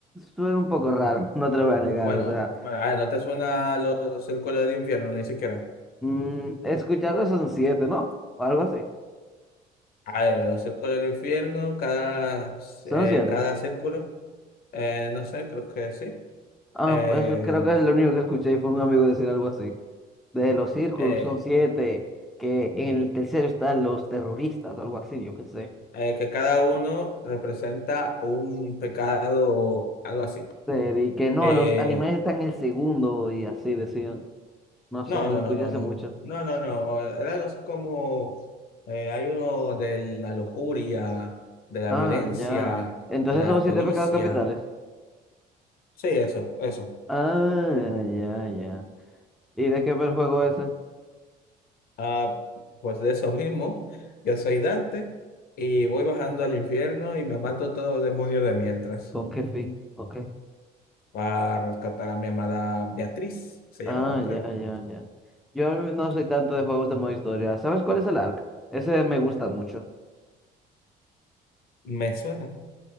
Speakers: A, in the centre; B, on the left (about 60°).
A: suena un poco raro, no te lo voy a negar,
B: Bueno,
A: o sea,
B: bueno, a ver, ¿no te suena los círculos del infierno? Ni siquiera.
A: mm, he escuchado que son siete, ¿no? O algo así.
B: A ver, los círculos del infierno, cada,
A: Son
B: eh,
A: siete.
B: cada círculo, eh, no sé, creo que sí.
A: Ah,
B: Eh,
A: eso creo que es lo único que escuché y fue un amigo decir algo así. de los círculos
B: eh,
A: son siete, que en el tercero están los terroristas o algo así, yo qué sé.
B: eh, que cada uno representa un pecado o algo así.
A: Eh, Y que no,
B: Eh,
A: los animales están en el segundo y así decían. No
B: no,
A: sé,
B: no,
A: lo escuché
B: no, no,
A: hace
B: no.
A: mucho.
B: No, no, no. Era algo así como eh, hay uno de la lujuria, de la
A: Ah,
B: violencia,
A: ya. Entonces
B: de la
A: son los siete
B: codicia.
A: pecados capitales.
B: Sí, eso, eso.
A: Ah, ya, ya. ¿Y de qué va el juego ese?
B: Ah, pues de eso mismo, yo soy Dante y voy bajando al infierno y me mato todos los demonios de mientras
A: ¿Con qué fin? Ok.
B: para rescatar a mi amada Beatriz, se
A: Ah,
B: llamaba, creo.
A: ya, ya, ya. Yo no soy tanto de juegos de modo historia. ¿Sabes cuál es el ARK? Ese me gusta mucho.
B: Me suena,